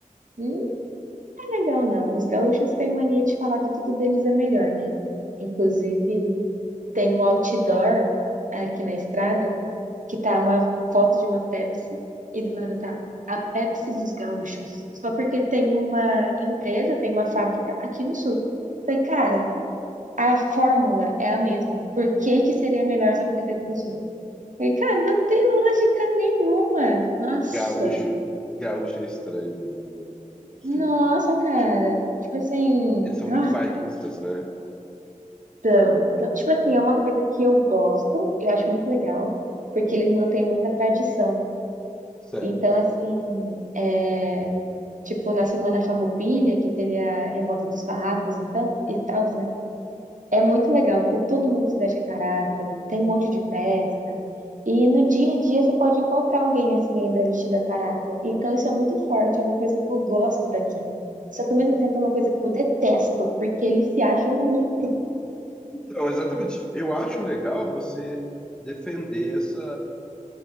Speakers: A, on the right; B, in the centre.
A: não é legal, não. Os gaúchos têm mania de falar que tudo deles é melhor, né? Inclusive, tem um outdoor aqui na estrada que tá uma foto de uma Pepsi e do lado tá a Pepsi dos gaúchos. Só porque tem uma empresa, tem uma fábrica aqui no sul. Falei, cara, a fórmula é a mesma. Por que que seria melhor só porque é feita no sul? Falei, cara, não tem lógica nenhuma. Nossa,
B: gaúcho. Gaúcho é estranho, mesmo, né? Assim,
A: nossa, cara.
B: tipo,
A: Tipo assim,
B: eles são
A: ah.
B: muito bairristas, né?
A: Então, então, tipo assim, é uma coisa que eu gosto, eu acho muito legal, porque
B: Ah,
A: eles mantêm muita tradição.
B: Sério.
A: Então, assim, é, tipo, na Semana Farroupilha, que teve a Revolta dos Farrapos, então, e tal, né? É muito legal, porque todo mundo se veste a caráter, tem um monte de festa, e no dia a dia você pode encontrar alguém, assim, ainda vestido a caráter. Então, isso é muito forte, é uma coisa que eu gosto daqui. Só que, ao mesmo tempo, é uma coisa que eu detesto, porque eles se acham muito.
B: Então, exatamente. Eu acho legal você defender essa,